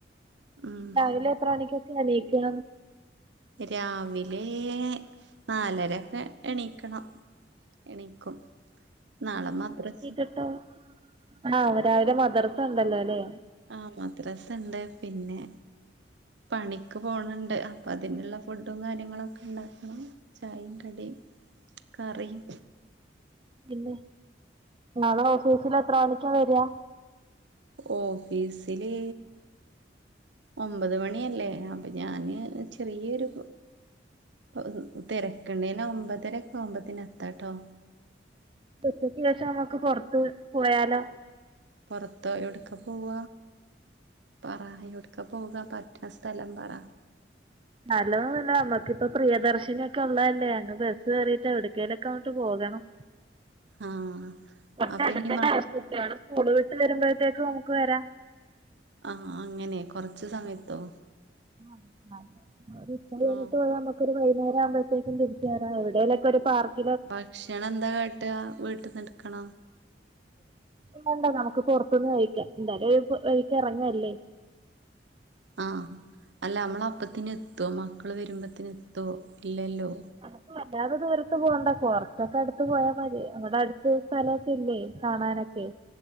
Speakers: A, on the right; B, on the right.
A: ഉം
B: രാവിലെ എത്ര മണിക്കാ എണീക്കാ
A: രാവിലെ നാലരൊക്കെ എണീക്കണം എണിക്കും നാളെ മദ്രസ
B: <inaudible> ആഹ രാവിലെ മദർസ ഉണ്ടല്ലോ ല്ലേ
A: ആഹ മദ്രാസണ്ട് പിന്നെ പണിക്ക് പോണണ്ട് അപ്പൊ അതിനുള്ള ഫുഡും കാര്യങ്ങളൊക്കെ ഉണ്ടാക്കണം ചായി കടിം കറിം
B: പിന്നെ നളെ ഓഫീസിൽ എത്ര മണിക്ക വരിക
A: ഓഫീസില് ഒമ്പത് മണിയല്ലേ അപ്പൊ ഞാന് ചെറിയൊരു ഇ തിരക്കണ്ടേ ന ഒമ്പതരക്കെ ആവുംമ്പതിന് എത്തട്ടോ
B: ഉച്ചക്ക് ശേഷം നമ്മുക്ക് പുറത്ത് പോയാലോ
A: പുറത്തോ എവിടുക്ക പോവ പറ എടുക്ക ഒക്കെ പോക പറ്റിയ സ്ഥലം പറ
B: അലോ നമ്മക്കിപ്പ പ്രിയദർശിനിയൊക്കെ ഉള്ളതല്ലേ അങ്ങ് ബെസ്സ് കേറിട്ട് എവ് ട്ക്കേലൊക്കെ അങ്ങിട്ട് പോകണം
A: ആഹ്
B: കൊർച്ച്
A: അപ്പൊ
B: അടുത്തേക്ക്
A: ഇനി മക്കള്
B: കുട്ട്യോള് സ്കൂള് വിട്ട് വരുമ്പോഴത്തേക്ക് നമുക്ക് വരാം
A: ആഹ് അങ്ങനെ കൊറച്ച് സമയത്തോ
B: <unintelligible> ഒര് ഉച്ചായിട്ട്
A: നോ
B: പോരാനമ ക്ക് ഒര് വൈന്നേരാമ്പത്തേക്കും തിരിച്ച് വരാ എവിടേലൊക്കെഒര്പാർക്ക്
A: ഭക്ഷണംന്താ കാട്ടാവീട്ട്ന്ന്ട്ക്കണ
B: എട്കണ്ട നമുക്ക് പൊറത്ത്ന്ന് കഴിക്കന്താലും ഒരു വഴിക്ക് ഇറങ്ങല്ലേ
A: ആഹ് അല്ല അമ്മള് അപ്പത്തിന് എത്വോമക്കള് വെരുമ്പത്തിന് എത്വോഇല്ലല്ലോ
B: നമുക്ക് വല്ലാതെ ദൂരത്ത് പോണ്ട കൊറച്ചൊക്കെ അടുത്ത് പോയാ മതി അവിടെ അടുത്ത് സ്ഥലൊക്കെ ഇല്ലേ കാണാനൊക്കെ